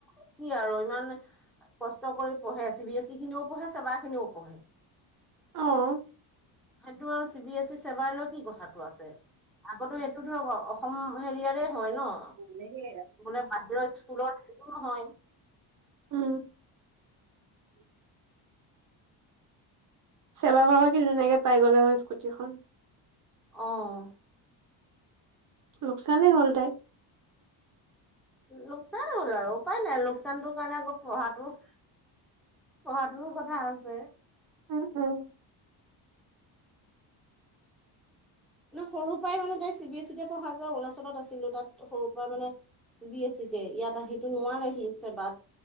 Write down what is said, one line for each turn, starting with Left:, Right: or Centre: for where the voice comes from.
Centre: কি আৰু ইমান কষ্ট কৰি পঢ়ে চি বি এছ ই খিনিও পঢ়ে চেবা খিনিও পঢ়ে।
Right: অ',
Centre: সেইটো আৰু চি বি এছ ই চেবাই লৈ কি কথা। কথাটো আছে আগতে সেইটো ধৰক অসম হেৰিয়াৰে হয় ন।
Right: মানেকে
Centre: বোলে বাহিৰত স্কুলৰ সেইটো নহয়।
Right: উম ছেবা হোৱা হয় কি ধুনীয়াকে পাই গ'লে হয় স্কুটিখন।
Centre: অ',
Right: লোকচানেই হ'ল তাইৰ।
Centre: লোকচান হ'ল আৰু উপায় নাই লোকচানটোৰ কাৰণে আকৌ পঢ়াটো পঢ়াতো কথা আছে।
Right: উম-উম।
Centre: ন সৰু পৰাই মানে তাই চি বি এছ ই তে পঢ়া যায় অৰুণাচলত আছিলো তাত সৰুৰ পৰা মানে। চি বি এছ চি তে ইয়াত আহি নোৱাৰেহি। বাট